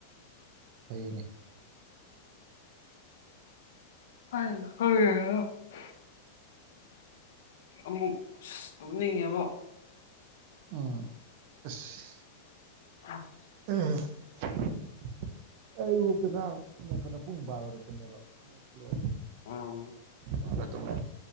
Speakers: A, on the right (about 55°); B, on the left (about 70°).
A: ꯐꯩꯅꯦ
B: <inaudible> ꯑꯃꯨꯛ ꯑꯁ ꯇꯨꯝꯅꯤꯡꯉꯦꯕꯣ
A: ꯎꯝ ꯑꯁ
B: <inaudible>
A: <inaudible> ꯑꯩ ꯕꯣꯛꯇ ꯉꯔꯥꯡ <unintelligible> ꯄꯨꯡ ꯕꯥꯔꯣꯗ ꯇꯝꯃꯦꯕ ꯃꯦꯠꯁ ꯂꯣꯏ
B: ꯎꯝ
A: ꯕꯥꯔꯣꯗ ꯇꯨꯝꯃꯦ